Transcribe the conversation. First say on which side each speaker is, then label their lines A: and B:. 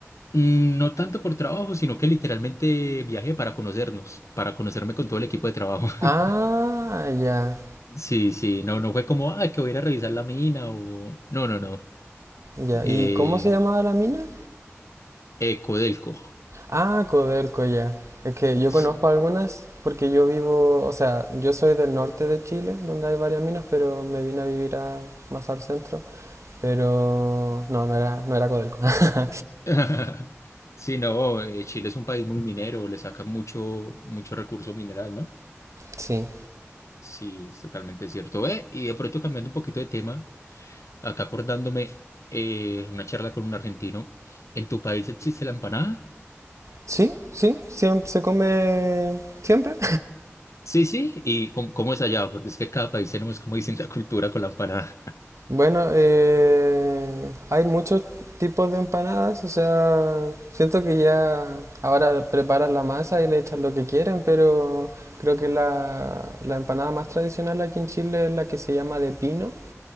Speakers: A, on the left; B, on the right.
A: Mm, No tanto por trabajo, sino que literalmente viajé para conocernos, para conocerme con todo el equipo de trabajo. <laughs>
B: Ah, ya,
A: Sí, sí, no, no fue como, ah, que voy a ir a revisar la mina o... No, no, no.
B: ya.
A: Eh,
B: ¿Y cómo se llamaba la mina?
A: Ecodelco,
B: Ah, Codelco, ya. Es que yo
A: sí.
B: conozco algunas porque yo vivo, o sea, yo soy del norte de Chile, donde hay varias minas, pero me vine a vivir a- más al centro. Pero no, no era, no era Codelco. <laughs>
A: <laughs> Sí, no, eh, Chile es un país muy minero, le saca mucho, mucho recurso mineral, ¿no?
B: Sí.
A: Sí, es totalmente cierto. Eh, y de pronto cambiando un poquito de tema, acá acordándome eh, una charla con un argentino, ¿en tu país existe la empanada?
B: ¿Sí? ¿Sí? ¿Siem- ¿Se come siempre?
A: Sí, sí, ¿y cómo, cómo es allá? Porque es que cada país tenemos como distinta <laughs> cultura con la empanada.
B: Bueno, eh, hay muchos tipos de empanadas, o sea, siento que ya ahora preparan la masa y le echan lo que quieren, pero creo que la, la empanada más tradicional aquí en Chile es la que se llama de pino,